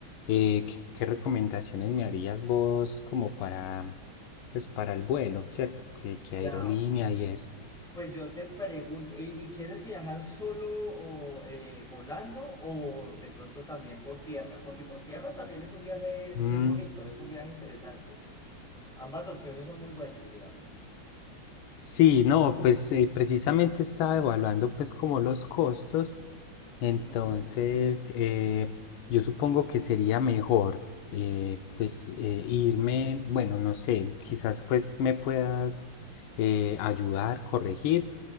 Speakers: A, on the left; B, in the centre.
A: Eh, ¿qué, qué recomendaciones me harías vos como para, pues para el vuelo, ¿cierto? ¿Qué, qué aerolínea
B: Ya,
A: y eso?
B: Pues yo te pregunto, ¿y, y quieres viajar solo o eh, volando o de pronto también por tierra? Porque por tierra también es un viaje bien
A: Mm,
B: bonito, es un viaje interesante. Ambas opciones son muy buenas, digamos.
A: Sí, no, pues eh, precisamente estaba evaluando pues como los costos, entonces
B: Ujú,
A: eh, yo supongo que sería mejor eh, pues eh, irme, bueno, no sé, quizás pues me puedas eh, ayudar, corregir,